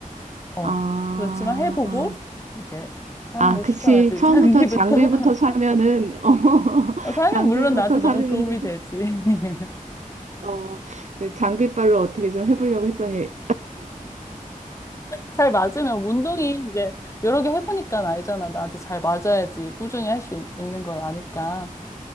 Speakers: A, on the left (about 20°); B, on the right (about 55°).
A: 어.
B: 아,
A: 그렇지만 해보고 이제 사는
B: 아,
A: 걸
B: 그치.
A: 추천하지.
B: 처음부터
A: 장기부터.
B: 장비부터
A: <laughs>
B: 사면은, <laughs> 어,
A: 사면
B: 장비부터
A: 물론 나한테 너무
B: 사면은,
A: 도움이 되지. <laughs>
B: 어, 장비빨로 어떻게 좀 해보려고 했더니,
A: 잘 맞으면 운동이 이제 여러 개 해보니까 알잖아. 나한테 잘 맞아야지 꾸준히 할 수 있는 걸 아니까